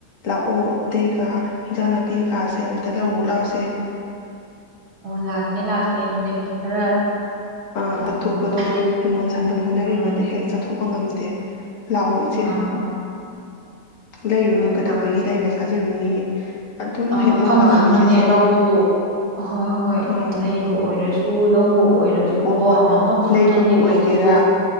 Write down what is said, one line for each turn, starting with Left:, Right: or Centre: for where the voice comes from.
Left: ꯂꯥꯛꯑꯣ ꯏꯇꯩꯒ ꯏꯟꯖꯥꯡ ꯅꯥꯄꯤꯒꯥꯁꯦ ꯑꯇ ꯂꯧꯔꯨ ꯂꯥꯛꯁꯦ
Right: ꯑꯣ ꯂꯥꯛꯀꯦ ꯂꯥꯛꯀꯦ ꯅꯣꯟꯗꯒꯤ ꯈꯔ
Left: ꯑꯥ ꯑꯇꯣꯞꯄꯗꯣ
Right: ꯀꯩꯅꯣ ꯇꯧꯒꯦ
Left: ꯍꯤꯡꯒꯣꯜ ꯁꯝꯕꯜ ꯍꯣꯠꯅꯔꯤꯉꯩꯗ
Right: ꯎꯝ
Left: ꯍꯦꯛ ꯆꯠꯊꯣꯛꯄ ꯉꯝꯗꯦ ꯂꯥꯛꯑꯣ ꯏꯆꯦ
Right: ꯑꯥ
Left: ꯂꯩꯔꯨꯅꯨ
Right: ꯍꯣꯏ
Left: ꯀꯩꯗꯧꯕꯒꯤ
Right: ꯂꯥꯛꯀꯦ
Left: ꯂꯩꯔ ꯆꯥꯖꯔꯨꯅꯤ ꯑꯗꯨꯝ ꯍꯦꯛ
Right: ꯃꯐꯝ
Left: ꯂꯧ ꯂꯥꯛꯑꯣ
Right: ꯈꯪꯅꯅꯦ
Left: ꯏꯆꯦꯁꯦ
Right: ꯂꯧꯕꯗꯣ ꯍꯣꯏ ꯍꯣꯏ
Left: ꯑꯥ
Right: ꯂꯩꯕ ꯑꯣꯏꯔꯁꯨ ꯇꯨ ꯂꯧꯍꯨ ꯑꯣꯏꯔꯁꯨꯀꯣ
Left: ꯍꯣ ꯍꯣꯏ
Right: ꯃꯐꯝ ꯈꯪꯅ
Left: ꯂꯩꯕꯕꯨ
Right: ꯍꯦꯛ
Left: ꯑꯣꯏꯒꯦꯔꯥ
Right: ꯇꯧꯕꯗꯣ